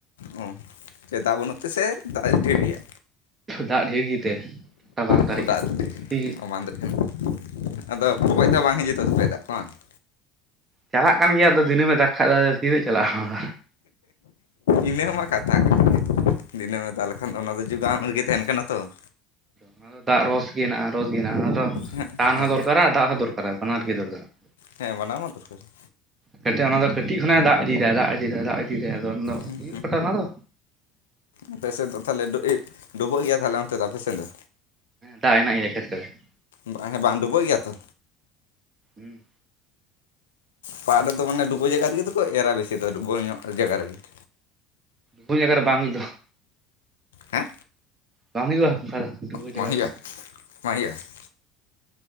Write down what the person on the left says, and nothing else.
ᱚᱸ ᱪᱮ ᱫᱟᱜ ᱵᱟᱹᱱᱩᱜ ᱛᱮᱥᱮ ᱫᱟᱜ ᱮ ᱰᱷᱮᱨ ᱜᱮᱭᱟ?
ᱚᱸ ᱫᱟᱜ
<unintelligible>
ᱨᱮ ᱟᱫᱚ ᱵᱚᱜᱚᱡ ᱫᱚ ᱵᱟᱝ ᱦᱤᱡᱩᱜᱼᱟ ᱛᱚ ᱫᱟᱜ ᱠᱚᱢᱟ ᱾
ᱤᱱᱟᱹ ᱢᱟ ᱠᱟᱛᱷᱟ ᱠᱟᱱ ᱜᱮᱭᱟ ᱾ ᱫᱤᱱᱟᱹᱢ ᱮ ᱫᱟᱜ ᱞᱮᱠᱷᱟᱱ ᱫᱚ ᱚᱱᱟ ᱫᱚ ᱡᱩᱜᱟᱣ ᱨᱮᱜᱮ ᱛᱟᱦᱮᱱ ᱠᱟᱱᱟ ᱛᱚ ᱾
ᱦᱮᱸ
ᱦᱮᱸ
ᱦᱮᱸ ᱵᱟᱱᱟᱨ ᱢᱟ ᱫᱚᱨᱠᱟᱨ ᱾
ᱦᱮᱸ
ᱟᱯᱮ ᱥᱮᱫ ᱫᱚ ᱛᱟᱦᱚᱞᱮ ᱰᱩᱵᱩᱜᱚᱜ ᱜᱮᱭᱟ ᱛᱟᱦᱚᱞᱮ ᱚᱱᱛᱮ ᱫᱚ ᱟᱯᱮ ᱥᱮᱫ ᱫᱚ?
ᱵᱟᱝᱟ ᱵᱟᱝ ᱰᱩᱵᱟᱹᱜ ᱜᱮᱭᱟ ᱛᱚ?
ᱯᱟᱴᱷ ᱨᱮᱫᱚ ᱢᱟᱱᱮ ᱰᱩᱵᱟᱹᱣ ᱡᱟᱭᱜᱟ ᱨᱮᱜᱮ ᱫᱚᱠᱚ ᱮᱨᱟ ᱵᱮᱥᱤ ᱫᱚ ᱰᱩᱵᱟᱹᱣ ᱧᱚᱜ ᱡᱟᱭᱜᱟ ᱨᱮᱜᱮ ᱾
ᱦᱮᱸ
ᱵᱟᱝ ᱦᱩᱭᱩᱜᱼᱟ
ᱵᱟᱝ ᱦᱩᱭᱩᱜᱼᱟ ᱾